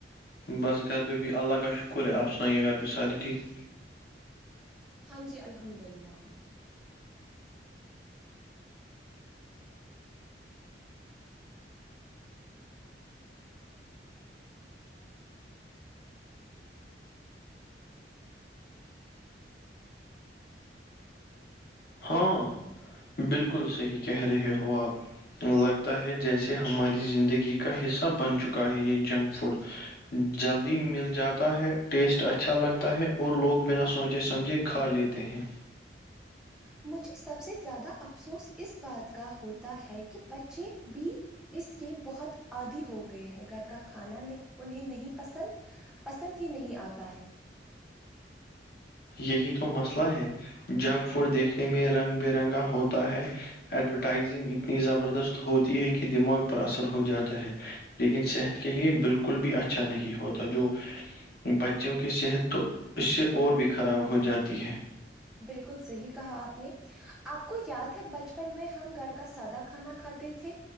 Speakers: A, on the left (about 55°); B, in the centre.
A: بس گھر پہ بھی اللہ کا شکر ہے آپ سنائیں گھر پہ سارے ٹھیک
B: ہاں جی الحمد للہ <inaudible>
A: ہاں بالکل صحیح کہہ رہے ہو آپ لگتا ہے جیسے ہماری زندگی کا حصہ بن چکا ہے یہ جنک فوڈ جلدی مل جاتا ہے ٹیسٹ اچھا لگتا ہے اور لوگ بنا سوچے سمجھے کھا لیتے ہیں
B: مجھے سب سے زیادہ افسوس اس بات کا ہوتا ہے کہ بچے بھی اس کے بہت عادی ہو گئے ہیں گھر کا کھانا انہیں نہیں پسند پسند ہی نہیں آتا ہے
A: یہی تو مسئلہ ہے جنک فوڈ دیکھنے میں رنگ برنگا ہوتا ہے ایڈورٹائزنگ اتنی زبردست ہوتی ہے کہ دماغ پر اثر ہو جاتا ہے لیکن صحت کے لیے بالکل بھی اچھا نہیں ہوتا جو بچوں کی صحت تو اس سے اور بھی خراب ہو جاتی ہے
B: بالکل صحیح کہا آپ نے آپ کو یاد ہے بچپن میں ہم گھر کا سادہ کھانا کھاتے تھے